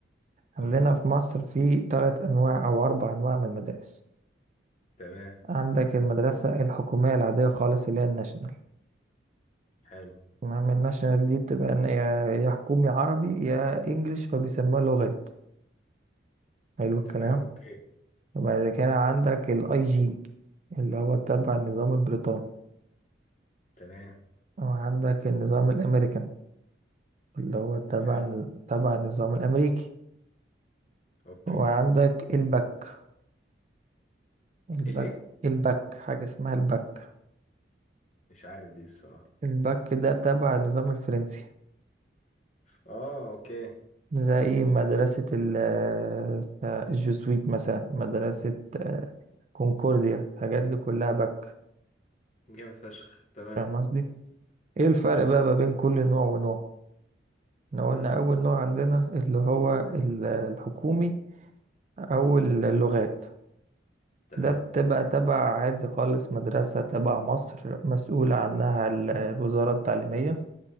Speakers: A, on the right; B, on the left.
A: عندنا
B: تمام
A: في مصر في تلات انواع او اربع انواع من المدارس
B: تمام
A: عندك المدرسة الحكومية العادية خالص اللي هي الناشونال
B: حلو
A: المهم الناشونال دي بتبقى إن يا يا حكومي عربي يا انجليش فبيسموها لغات حلو
B: مم.
A: الكلام
B: تمام اوكي
A: وبعد كده عندك الاي جي اللي هو تبع النظام البريطاني
B: تمام
A: وعندك النظام الامريكان اللي هو تبع
B: حلو
A: تبع النظام الامريكي
B: اوكي
A: وعندك الباك الباك
B: الايه
A: الباك حاجة اسمها الباك
B: مش عارف دي الصراحه
A: الباك ده تبع النظام الفرنسي
B: اه اوكي
A: زي إيه؟ مدرسة ال- آه، الجزويت مثلا مدرسة آه، كونكورديا الحاجات دي كلها باك
B: جامد فشخ تمام
A: فاهم قصدي ايه الفرق
B: تمام
A: بقى ما بين كل نوع ونوع احنا
B: مم.
A: قلنا اول نوع عندنا اللي هو ال- الحكومي او اللغات
B: تمام
A: ده بتبقى تبع عادي خالص مدرسة تبع مصر مسؤولة عنها ال- الوزارة التعليمية